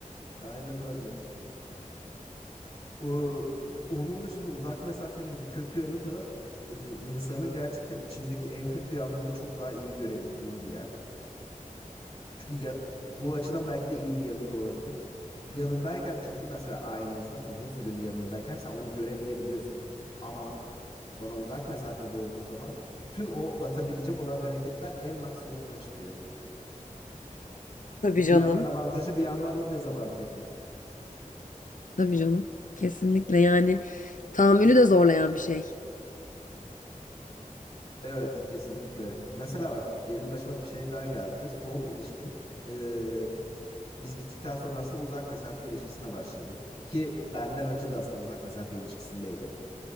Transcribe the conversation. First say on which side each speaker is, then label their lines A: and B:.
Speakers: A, on the left; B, on the left.
A: aynen öyle. O- onun dışında uzak mesafenin bir kötü yanı da e, insanın gerçekten içindeki en kötü yanları çok daha iyi görebildiğim bir yer. Çünkü ya, bu açıdan belki de iyi bir yanı da olabilir. Yanındayken çünkü mesela aynı insan uzun süreli yanındayken sen onu göremeyebiliyorsun. Ama sonra uzak mesafede olduğu zaman bütün o batabilecek olan hareketler en maksimumuna çıkıyor.
B: Tabii
A: Yani
B: canım.
A: bir yandan avantajı bir yandan da dezavantajı.
B: Tabii canım. Kesinlikle yani tahammülü de zorlayan bir şey.
A: Evet kesinlikle. Mesela bak benim başıma bir şey daha geldi. Son ilişkim eee, biz bittikten sonra aslında uzak mesafe ilişkisine başladı. Ki benden önce de aslında uzak mesafe ilişkisindeydi.